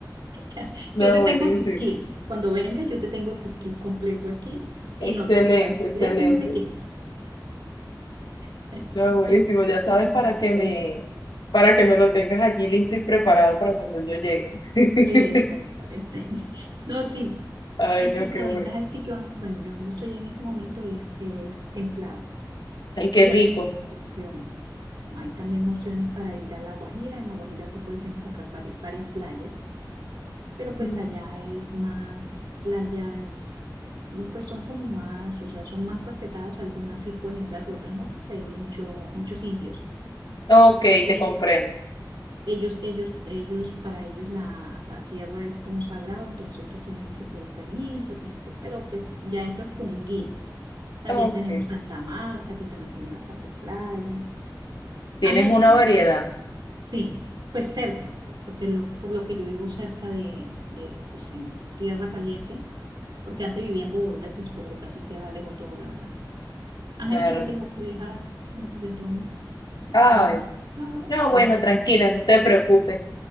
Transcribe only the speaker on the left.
No,
buenísimo.
Excelente,
excelente.
No, buenísimo.
Ya
sabes
para que me, para que me lo tengas allí listo y preparado para cuando yo llegue. <laughs>
Ay,
no, qué
bueno.
Ay, qué
rico.
Mm.
Ok,
te
comprendo.
Ok.
Tienes
una variedad.
Claro.
Ay,
no,
bueno,
tranquila, no te preocupes.